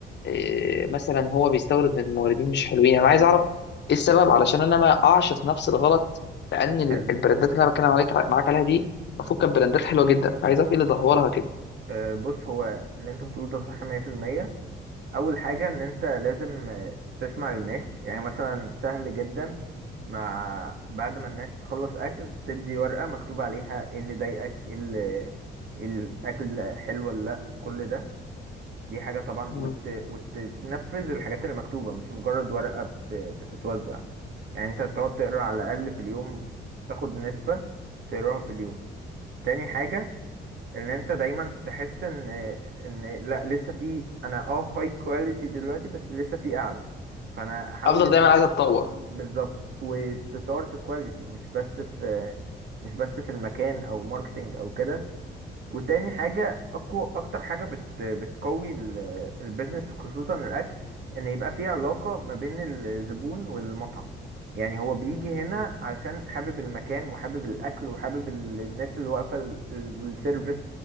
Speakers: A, on the left; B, on the right.
A: آه، مثلا هو بيستورد من موردين مش حلوين انا عايز اعرف ايه السبب علشان انا ما اقعش في نفس الغلط لان ال-
B: حلو
A: البراندات اللي انا بتكلم عليك معاك عليها دي المفروض كانت براندات حلوه جدا عايز اعرف ايه اللي دهورها كده
B: آه، بص هو اللي انت بتقوله ده صح 100% اول حاجه ان انت لازم آه، تسمع للناس يعني مثلا سهل جدا مع بعد ما الناس تخلص اكل تدي ورقه مكتوب عليها ايه اللي ضايقك ايه اللي إيه الاكل حلو ولا لا كل ده دي حاجه طبعا
A: مم.
B: وت... وتنفذ الحاجات اللي مكتوبه مش مجرد ورقه بت... بتتوزع يعني انت تقعد تقرا على الاقل في اليوم تاخد نسبه تقراها في اليوم تاني حاجه ان انت دايما تحس ان ان لا لسه في انا اه هاي كواليتي دلوقتي بس لسه في اعلى فانا احاول
A: افضل
B: ازاي
A: دايما عايز اتطور
B: بالظبط وتطور في الكواليتي مش بس في مش بس في المكان او ماركتنج او كده وتاني حاجة أقوى أكتر حاجة بت بتقوي ال- البيزنس خصوصا الأكل إن يبقى في علاقة ما بين الزبون والمطعم يعني هو بيجي هنا علشان حابب المكان وحابب الأكل وحابب ال- الناس اللي واقفة ال- ال- والسيرفيس